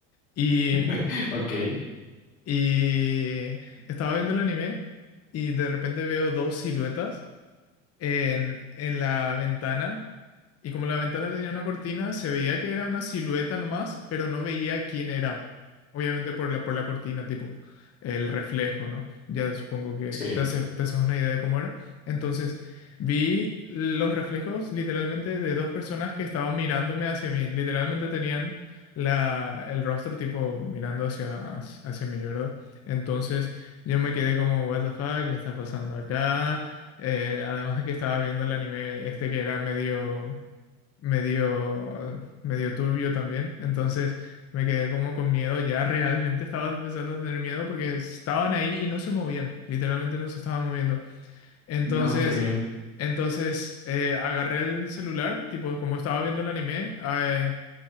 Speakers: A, on the left; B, on the left.
A: Y
B: <laughs> Ok,
A: Y estaba viendo el anime y de repente veo dos siluetas en, en la ventana. Y como la ventana tenía una cortina, se veía que era una silueta nomás, pero no veía quién era. Obviamente por la, por la cortina, tipo el reflejo, ¿no? Ya supongo que
B: sí.
A: te hace- te haces una idea de cómo era. Entonces, vi los reflejos literalmente de dos personas que estaban mirándome hacia mí. Literalmente tenían la, el rostro tipo mirando hacia, hacia hacia mí, ¿verdad? Entonces, yo me quedé como, what the fuck, ¿qué está pasando acá? Eh, además de que estaba viendo el anime este que era medio, medio, medio turbio también. Entonces me quedé como con miedo. Ya realmente estaba empezando a tener miedo porque estaban ahí y no se movían. Literalmente no se estaban moviendo. Entonces,
B: No, qué miedo.
A: entonces eh, agarré el celular, tipo como estaba viendo el anime, eh,